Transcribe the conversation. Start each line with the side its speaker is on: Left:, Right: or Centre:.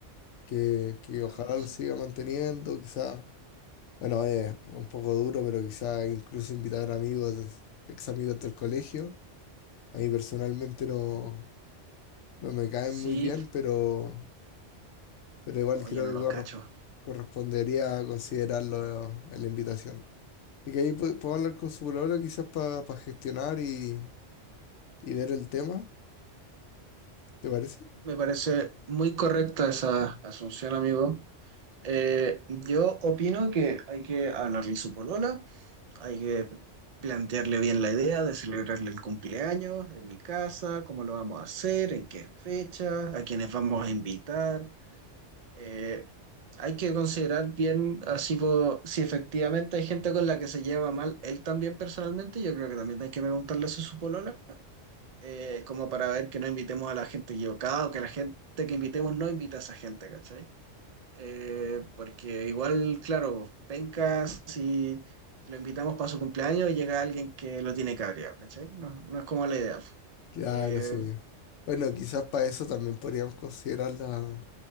Left: que, que
Right: No,
Left: ojalá
Right: sí.
Left: lo siga manteniendo, quizás, bueno, es un poco duro, pero quizás incluso invitar amigos, de- ex amigos del colegio. A mí personalmente no,
Right: Sí,
Left: no me caen
Right: Sí,
Left: muy bien, pero, pero igual
Right: oye,
Left: creo
Right: no
Left: que
Right: los
Left: corres-
Right: cacho.
Left: correspondería considerarlo en la invitación. Así que ahí pu- puedo hablar con su polola quizás para gestionar y, y ver el tema, ¿te parece?
Right: Me parece muy correcta esa asunción, amigo. Eh, yo opino que hay que hablarle a su polola, hay que plantearle bien la idea de celebrarle el cumpleaños en mi casa, cómo lo vamos a hacer, en qué fecha, a quiénes vamos a invitar. Eh, hay que considerar bien, así po- si efectivamente hay gente con la que se lleva mal, él también personalmente, yo creo que también hay que preguntarle eso a su polola eh, como para ver que no invitemos a la gente equivocada o que la gente que invitemos no invite a esa gente, ¿cachai? Eh, porque igual, claro, penca si lo invitamos para su cumpleaños y llega alguien que lo tiene cabreado, ¿cachai? No, no es como la idea.
Left: Claro,
Right: Eh,
Left: sí. Bueno, quizás para eso también podríamos considerar la,